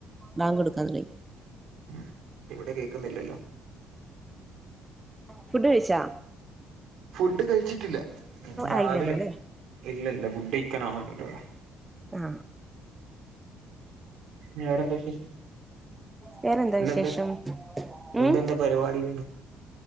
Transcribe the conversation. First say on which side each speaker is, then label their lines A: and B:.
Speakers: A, on the right; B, on the right.
A: ബാങ്ക് കൊടുക്കാൻ തൊടങ്ങി
B: ഉം ഇവിടെ കേൾക്കുന്നില്ലല്ലോ
A: ഫുഡ് കഴിച്ചോ
B: ഫുഡ് കഴിച്ചിട്ടില്ല രാവിലെ
A: ആയില്ലല്ലോ അല്ലെ
B: ഇല്ല ഇല്ല ഫുഡ് കഴിക്കൻ ആവുന്നല്ലേയുള്ളു
A: ആ
B: വേറെന്താ വിശേഷം
A: വേറെന്താ
B: ഇന്നെന്താ
A: വിശേഷം ഉം
B: ഇന്നെന്താ പരുപാടികൾ